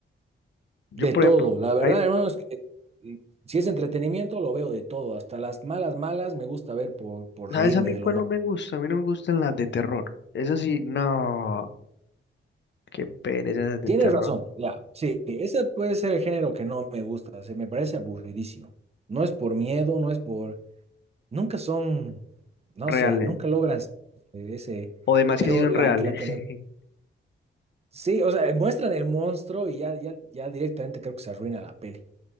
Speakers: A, on the left; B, on the right.
A: Yo,
B: De
A: por
B: todo,
A: ejemplo,
B: la verdad,
A: hay,
B: hermano, es que eh, si es entretenimiento, lo veo de todo, hasta las malas, malas, me gusta ver por, por
A: ¿sabes
B: reírme
A: a mí
B: de
A: cuál
B: lo malo.
A: no me gusta? A mí no me gustan las de terror. Esas sí, no, qué pereza esas de
B: Tienes
A: terror.
B: razón, ya, sí, ese puede ser el género que no me gusta, se me parece aburridísimo. No es por miedo, no es por... Nunca son, no
A: Reales.
B: sé, nunca logran ese,
A: O demás
B: pero
A: que sí son
B: la,
A: reales.
B: la que me...
A: <laughs>
B: Sí, o sea, muestran el monstruo y ya, ya, ya directamente creo que se arruina la peli,